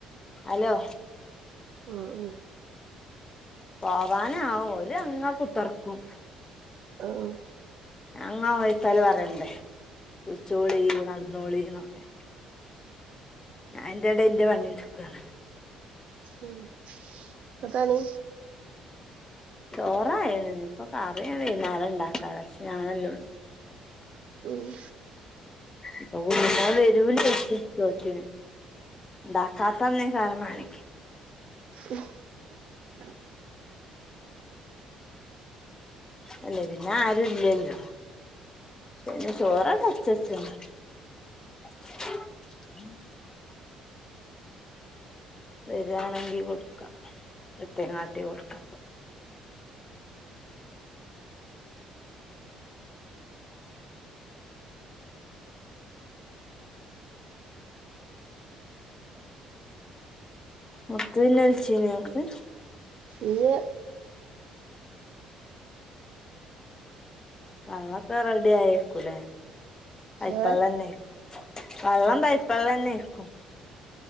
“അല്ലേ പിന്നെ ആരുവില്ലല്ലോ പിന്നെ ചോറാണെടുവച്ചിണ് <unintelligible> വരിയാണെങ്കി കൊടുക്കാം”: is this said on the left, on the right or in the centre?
Left